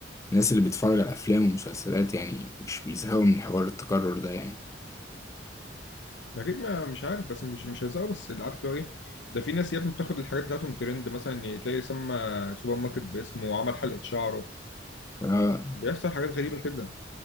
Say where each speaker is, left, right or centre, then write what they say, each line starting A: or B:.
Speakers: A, on the left; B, on the left.
A: الناس اللي بتتفرج على افلام ومسلسلات يعني مش بيزهقوا من حوار التكرر ده يعني
B: اكيد ما مش عارف بس مش مش هيزقه بس اللي عارف لو ايه ده في ناس يا ابني بتاخد الحاجات بتاعتهم ترند مثلا تلاقي سمى سوبر ماركت باسمه وعمل حلقه شعره
A: اه
B: بيحصل حاجات غريبه كده